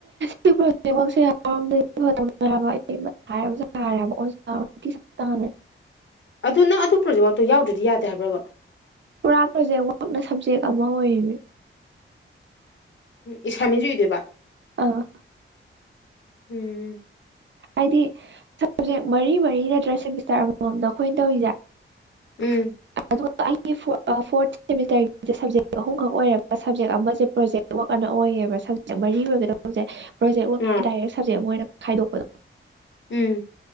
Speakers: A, on the right; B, on the left.
A: ꯁꯤ ꯄ꯭ꯔꯣꯖꯦꯛꯃꯛꯁꯦ ꯌꯥꯝꯔ ꯍꯕ ꯑꯩ ꯍꯥꯏꯔ ꯍꯥꯏꯔꯦ ꯇꯥꯗꯦ
B: ꯑꯗꯨ ꯅꯪ ꯑꯗꯨ ꯄ꯭ꯔꯣꯖꯦꯛ ꯋꯥꯛ ꯇꯣ ꯌꯥꯎꯗ꯭ꯔꯗꯤ ꯌꯥꯗꯦ ꯍꯥꯏꯕ꯭ꯔꯕ
A: ꯄꯨꯔꯥ ꯄ꯭ꯔꯣꯖꯦꯛ ꯋꯥꯛꯅ ꯁꯕꯖꯦꯛ ꯑꯃ ꯑꯣꯏꯔꯤꯅꯦ
B: ꯎꯝ ꯏꯁꯥꯢꯃꯦꯟꯖꯨ ꯏꯗꯣꯏꯕ
A: ꯑꯥ
B: ꯎꯝ
A: ꯍꯥꯏꯗꯤ ꯁꯕꯖꯦꯛ ꯃꯔꯤ-ꯃꯔꯤ ꯅꯠꯇ꯭ꯔꯥ ꯁꯦꯃꯤꯁꯇꯔ ꯑꯃꯃꯝꯗ ꯑꯩꯈꯣꯏꯅ ꯇꯧꯔꯤꯖꯦ
B: ꯎꯝ
A: ꯑꯗꯨꯒ ꯑꯩꯒꯤ ꯐꯣꯔꯠ ꯐꯣꯔꯠ ꯁꯦꯃꯤꯁꯇꯔꯒꯤ ꯁꯕꯖꯦꯛ ꯑꯍꯨꯝꯈꯛ ꯑꯣꯏꯔꯒ ꯁꯕꯖꯦꯛ ꯑꯃꯖꯦ ꯄ꯭ꯔꯣꯖꯦꯛ <unintelligible> ꯁꯕꯖꯦꯛ ꯃꯔꯤ ꯑꯣꯏꯒꯗꯧꯕꯁꯦ ꯄ꯭ꯔꯣꯖꯦꯛ ꯋꯔꯛꯀꯤ
B: ꯑꯥ
A: ꯗꯥꯏꯔꯦꯛ ꯁꯕꯖꯦꯛ ꯑꯃꯥ ꯑꯣꯏꯅ ꯈꯥꯏꯗꯣꯛꯄꯗꯣ
B: ꯎꯝ